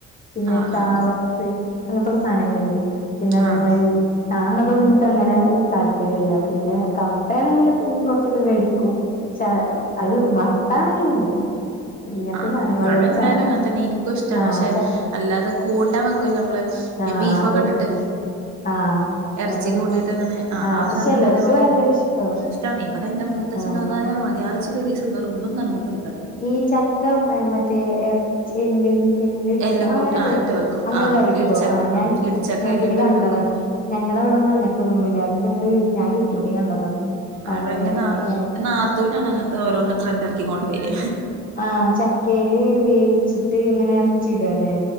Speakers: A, on the left; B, on the right.
A: പിന്നെ
B: ആഹ്
A: കാവത്ത്
B: ആഹ്
A: അങ്ങനത്തൊക്കെ സാധനങ്ങളില്ലേ? പിന്നെ അതേമാരി
B: ആഹ്
A: ആ അങ്ങനത്തൊന്നും അങ്ങനെ താല്പര്യല്ല പിന്നെ കപ്പയാണെങ്കിൽ പിന്നേം കൊറച്ചൊക്കെ കഴിക്കും ചാ അത് വറുത്താണെങ്കി തിന്നും ഇങ്ങനത്തെ
B: ആ
A: സാധനങ്ങൾ അതുപോലെ
B: അത് എല്ലാരും
A: ച
B: അങ്ങനെ തന്നെ. എനിക്കും ഇഷ്ടാണ്.
A: ആഹ്
B: പക്ഷെ
A: ച
B: അല്ലാതെ കൂട്ടാൻ വെക്കുവല്ലോ നമ്മള്
A: ആ
B: ഈ ബീഫൊക്കെ
A: അതന്നെ
B: ഇട്ടിട്ട്
A: ആ
B: ഇറച്ചിയൊക്കെ
A: അതൊന്നും
B: കൂട്ടിയിട്ട് അങ്ങനെ ആ
A: ആഹ്
B: ആ
A: പക്ഷെ
B: സാധനം
A: എല്ലാർക്കും
B: അതേപോലെ
A: ഭയങ്കര ഇഷ്ടാ
B: ഇഷ്ടാണ് ഇവിടെ ന്റെ മൂത്തച്ഛനും
A: ആഹ്
B: അതന്നെ മതി ആ <unintelligible> നിർബന്ധാണ് മൂപ്പര്
A: ഈ ചക്കം മറ്റേ എറച്ചി <unintelligible> എല്ല് ഇട്ടിട്ട്
B: എല്ലും
A: അങ്ങനെയൊക്കെ
B: കൂട്ട് ആഹ് ഇട്ട് വെക്കും
A: ങ്ങൾ
B: ആഹ്
A: കറിക്കുവോ?
B: ഇടിച്ചക്ക
A: ആ
B: ആഹ് ഇടിച്ചക്ക
A: ഞാൻ
B: എല്ലിട്ടൊക്കെ
A: തില് കണ്ടതാ
B: വെക്കും
A: ഞങ്ങടവിടൊന്നും അങ്ങനത്തതൊന്നും ഇല്ലാ. അത് ഞങ്ങള് ഞാൻ യൂട്യൂബിൽ കണ്ടതാ
B: ആ
A: അങ്ങനെ
B: ഇവിടെ ന്റെ നാ
A: ഏഹ്
B: ൻ്റെ നാത്തൂനാണ് അങ്ങനത്തെ ഓരോന്ന് ട്രെൻഡറക്കി കൊണ്ട് വരാ
A: ആ ചക്കേൽ വേവിച്ചിട്ട് ഇങ്ങനെ എറച്ചിടലെ?